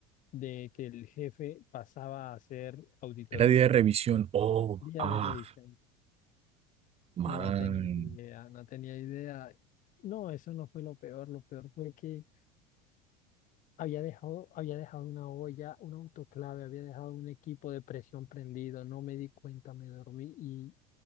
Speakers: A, on the left (about 45°); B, on the right (about 35°).
A: de que el jefe pasaba a hacer auditoría,
B: Era día de revisión. Oh,
A: día
B: ah,
A: de revisión.
B: man.
A: No tenía idea, no tenía idea. No, eso no fue lo peor. Lo peor fue que había dejado, había dejado una olla, un autoclave, había dejado un equipo de presión prendido. No me di cuenta, me dormí y